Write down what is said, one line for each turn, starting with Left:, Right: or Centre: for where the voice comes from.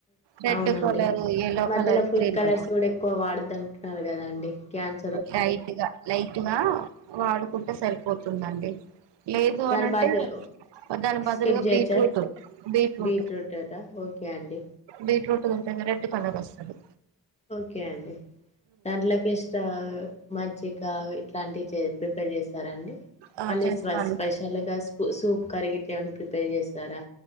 Right: రెడ్
Left: అవునండి
Right: కలర్ ఎల్లో
Left: ఈ మధ్యలో
Right: colour
Left: food
Right: green
Left: colours
Right: colour
Left: కూడా ఎక్కువ వాడద్దు అంటున్నారు కదా అండి క్యాన్
Right: లైట్గా లైట్ గా వాడుకుంటే సరిపో పోతుందండి లేదు
Left: దాని
Right: అనింటే
Left: బదులు
Right: దాని బదులుగా
Left: స్కిప్ చేయొచ్చా
Right: బీట్రూట్ బీట్రూట్
Left: బీట్రూట్ట ఓకే అండి
Right: బీట్రూట్ రెడ్ కలర్ వస్తుంది
Left: ఓకే అండి దాంట్లోకి ఇస్తా మజ్జిగ ఇట్లాంటివి ప్రిపేర్ చేస్తారండి
Right: ఆ
Left: అలే
Right: చేస్తాను
Left: స్ స్పెషల్ గా సూప్ కరిగిట్లేమ పే చేస్తారా